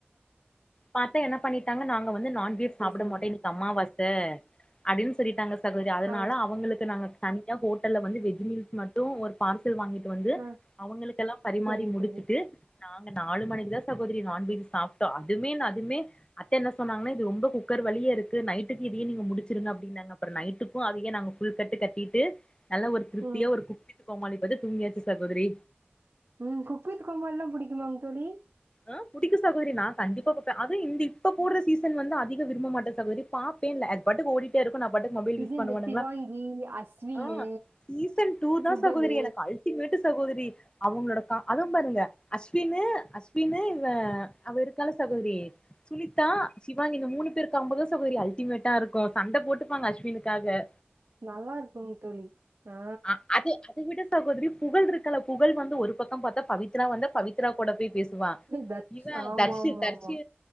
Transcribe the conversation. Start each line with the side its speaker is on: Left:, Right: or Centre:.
Left: பார்த்தா என்ன பண்ணிட்டாங்க நாங்க வந் து நான் வெஜ்
Right: செரி
Left: சாப்பிடமாட்டாங்க
Right: செரிங்க
Left: இன்னைக்கு அம்மாவச அஹ் அப்படின்னு சொல்லிட்டாங்க சகோதரி அதனால
Right: ஆ
Left: அவங்களுக்கு நாங்க தனியாக ஹோட்டல்ல வந்து வெஜ்ஜி மில் மட்டும் ஒரு பார்சல் வாங்கிட்டு வந்
Right: ஆ
Left: அவங்களுக்கெல்லாம் பரிமாறி
Right: செரிங்க
Left: முடிச்சுட்டு
Right: தோழி
Left: நாங்க நாலு மணிக்கு தான் சகோதரி நான்வெஜ் சாப்பிட்டோம் அதுமே அதுமே அத்தை என்ன சொன்னாங்கன்னா இது ரொம்ப குக்கர் வழியே இருக்கு நைட்டுக்கு இதையே நீங்க முடிச்சிருங்க அப்படின்ந்தாங்க அப்புறம் நைட்டுக்கும் அதையே நாங்க புல் கட்டு கட்டிட்டு நல்லா ஒரு திருப்தியா
Right: ம்
Left: ஒரு குப்பி <unintelligible> தூங்கியாச்சு சாகோதரி
Right: உம் குக்வித்து கோமாளி எல்லாம் புடிக்குமாங்க தோழி
Left: ஆஹ் புடிக்க சகோரி நா கண்டிப்பா இந்த இப்ப போற சீசன் வந்து அதிக விரும்ப மாட்டே சகோரி பாப்ப அதுபாட்டுக்கிடு ஓடிக்கிட்டு இருக் சோ நா பாட்டு மொபைல்
Right: இது
Left: யூஸ் பண்ணுவானுங்களா
Right: இந்த சிவாங்கி, அஸ்வினு,
Left: ஆஹ் சீசன் டூ தான்
Right: புகழு
Left: சகோதரி எனக்கு அல்டிமேட்டு சகோதரி அவங்களோட க அதுவும் பாருங்க அஸ்வினு அஸ் அஸ்வினி இல்ல அவர் இருக்காலே சகோதரி சுனிதா சிவாங்கி இந்த மூணு பேருக்கு காம்போதா சகோதரி அல்டிமேட்டா இருக்கும் சண்டை போட்டுப்பாங்க அஸ்வினுக்காக
Right: நல்லா இருக்குங்க தோழி ஆ
Left: ஆஹ் அது அது விட சகோதரி புகழ் இருக்குல்ல புகழ் வந்து ஒரு பக்கம் பாத்தா பவித்ரா வந்த பவித்ரா கூட போய் பேசுவான்
Right: தட்ஸ்
Left: இவன்
Right: ஆமாமாமா.
Left: தர்ஷி தரிசு